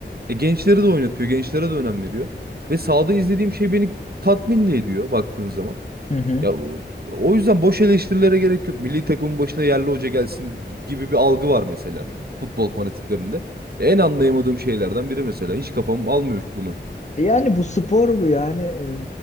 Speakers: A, on the right; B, on the left.
A: E gençleri de oynatıyor. Gençlere de önem veriyor. Ve sahada izlediğim şey beni tatmin de ediyor baktığın zaman.
B: Hı hı.
A: Ya o o yüzden boş eleştirilere gerek yok. Milli takımın başına yerli hoca gelsin gibi bir algı var mesela futbol fanatiklerinde. E, En anlayamadığım şeylerden biri mesela. Hiç kafam almıyor bunu.
B: E, Yani bu spor bu yani. E,